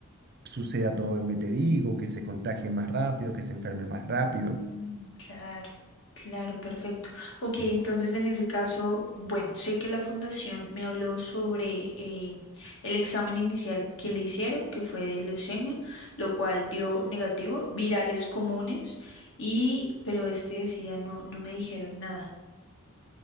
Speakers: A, on the right; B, on the left.
A: suceda todo lo que te digo, que se contagie más rápido, que se enferme más rápido.
B: Mm, Claro, claro, perfecto. Ok, entonces en ese caso, bueno, sé que la fundación me habló sobre eh, el examen inicial que le hicieron, que fue de leucemia, lo cual dio negativo, virales comunes, y, pero este decía, no, no me dijeron nada.